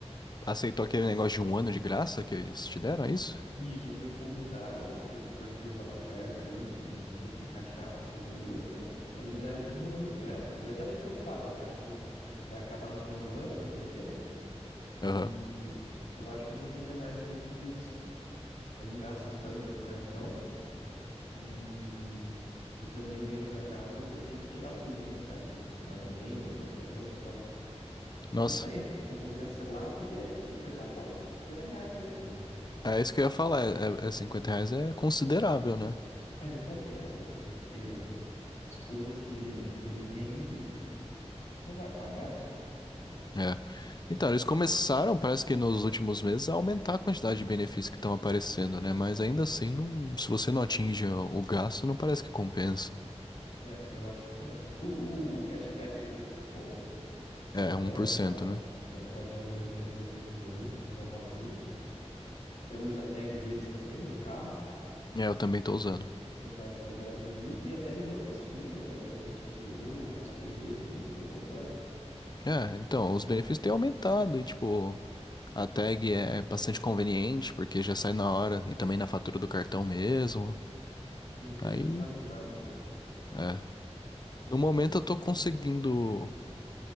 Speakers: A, on the left (about 40°); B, on the left (about 90°).
A: aceitou aquele negócio de um ano de graça que eles te deram, é isso?
B: Isso, eu fui convidado, porque meu perfil tava perto ali de, de se encaixar pro Violeta. Eles me deram um ano de graça. E até tô preocupado, porque eu acho que vai acabar no final do ano, né? Em dezembro. E
A: Aham.
B: eu acho que eu não vou ter mais os requisitos. Eu não gasto tanto no cartão e, e também o dinheiro guardado eu tive que tirar tudo, né? Por causa do casamento, apartamento e tal. Eu
A: Nossa,
B: não sei se eu vou cancelar, porque é 50 pau, é 50 reais, né? por-
A: é isso que eu ia falar. É, é, é 50 reais é considerável, né?
B: É, não compensa, porque as coisas que ele, que ele rende não vai pagar.
A: É. Então,
B: Mas,
A: eles começaram, parece que nos últimos meses, a aumentar a quantidade de benefícios que estão aparecendo, né? Mas ainda assim, não, se você não atinge o o gasto, não parece que compensa.
B: é, eu acho que não. O, o, o cashback deles é muito bom.
A: É,
B: Eu pego
A: um por
B: uma,
A: cento né?
B: é, eu pego uma graninha todo mês ali do- da fatura. Eu uso a tag deles também, do carro.
A: É, eu também tô usando.
B: Legal é que é gratuito. E até eles dão streaming, né? Dão HBO, umas coisas aí bem, bem completo.
A: É, então, os benefícios têm aumentado e, tipo, a tag é bastante conveniente porque já sai na hora e também na fatura do cartão mesmo.
B: Sim, é tudo
A: Aí,
B: centralizado, né?
A: é. No momento eu tô conseguindo